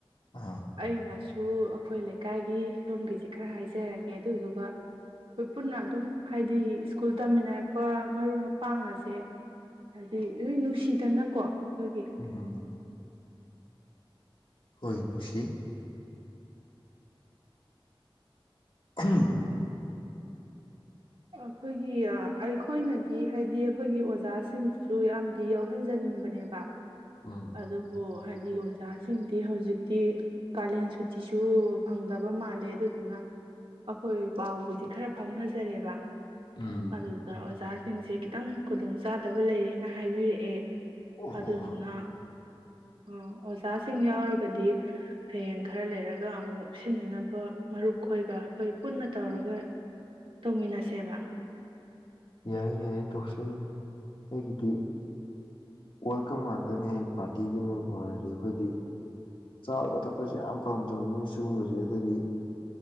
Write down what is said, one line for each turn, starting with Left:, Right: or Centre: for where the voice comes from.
Left: ꯑꯥ
Right: ꯑꯩꯅꯁ ꯑꯗꯨ ꯑꯩꯈꯣꯏ ꯂꯩꯀꯥꯏꯒꯤ ꯁꯣꯝꯒꯤꯁꯦ ꯈꯔ ꯍꯥꯏꯖꯔꯒꯦ ꯑꯗꯨꯗꯨꯒ ꯑꯩꯈꯣꯏ ꯄꯨꯟꯅ ꯑꯗꯨꯝ ꯍꯥꯏꯗꯤ ꯁ꯭ꯀꯨꯜ ꯇꯝꯃꯤꯟꯅꯔꯛꯄ ꯃꯔꯨꯞ ꯃꯄꯥꯡ ꯑꯁꯦ ꯍꯥꯏꯗꯤ ꯂꯣꯏ ꯅꯨꯡꯁꯤꯗꯅꯀꯣ ꯑꯩꯈꯣꯏꯒꯤ
Left: ꯎꯝ ꯍꯣꯏ ꯅꯨꯡꯁꯤ ꯎꯝ
Right: ꯑꯈꯣꯏꯒꯤ ꯑꯩꯈꯣꯏꯅꯗꯤ ꯍꯥꯏꯗꯤ ꯑꯈꯣꯏꯒꯤ ꯑꯣꯖꯥꯁꯤꯡꯗꯨꯁꯨ ꯌꯥꯝꯗꯤ ꯌꯥꯎꯍꯟꯖꯅꯤꯡꯕꯅꯦꯕ
Left: ꯎꯝ
Right: ꯑꯗꯨꯕꯨ ꯍꯥꯏꯗꯤ ꯑꯣꯖꯥꯁꯤꯡꯗꯤ ꯍꯧꯖꯤꯛꯇꯤ ꯀꯥꯂꯦꯟ ꯁꯨꯇꯤꯁꯨ ꯐꯪꯗꯕ ꯃꯥꯜꯂꯦ ꯑꯗꯨꯗꯨꯅ ꯑꯩꯈꯣꯏ ꯄꯥꯎꯕꯨꯗꯤ ꯈꯔ ꯐꯥꯎꯅꯖꯔꯦꯕ
Left: ꯑꯣ
Right: ꯑꯗꯨꯗ ꯑꯣꯖꯥ ꯁꯤꯡꯁꯦ ꯈꯤꯇꯪ ꯈꯨꯗꯣꯡ ꯆꯥꯗꯕ ꯂꯩꯔꯦꯅ ꯍꯥꯏꯕꯤꯔꯛꯑꯦ
Left: ꯑꯣ
Right: ꯑꯗꯨꯗꯨꯅ ꯎꯝ ꯑꯣꯖꯆꯥꯁꯤꯡ ꯌꯥꯎꯔꯒꯗꯤ ꯍꯌꯦꯡ ꯈꯔ ꯂꯩꯔꯒ ꯑꯃꯨꯛ ꯁꯤꯟꯅꯅꯕ ꯃꯔꯨꯞ ꯈꯣꯏꯒ ꯑꯩꯈꯣꯏ ꯄꯨꯟꯅ ꯇꯧꯔꯒ ꯇꯧꯃꯤꯟꯅꯁ ꯁꯦꯕ
Left: ꯌꯥꯏꯌꯦ ꯌꯥꯏꯌꯦ ꯇꯧꯆꯩ ꯑꯩꯒꯤꯗꯤ ꯋꯦꯜꯀꯝ ꯉꯥꯛꯇꯅꯦ ꯄꯥꯔꯇꯤꯒꯤꯅꯦ ꯍꯥꯏꯔꯗꯤ ꯑꯩꯈꯣꯏꯗꯤ ꯆꯥꯕ ꯊꯛꯄꯁꯦ ꯌꯥꯝ ꯄꯥꯝꯖꯕꯅꯤ ꯁꯤꯒꯨꯝꯕꯁꯦ ꯑꯩꯈꯣꯏꯗꯤ